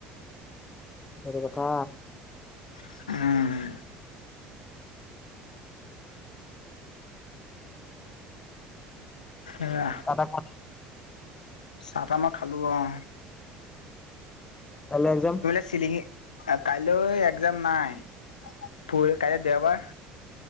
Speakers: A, on the left; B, on the left.
A: সেইটোয়েটো কথা।
B: উম'। এয়া
A: তাত আকৌ
B: চাহ তাহ মই খালোঁ অহ।
A: কাইলৈ একজাম।
B: চিলিঙি, কাইলৈ একজাম নাই। পৰ-কালি দেওবাৰ।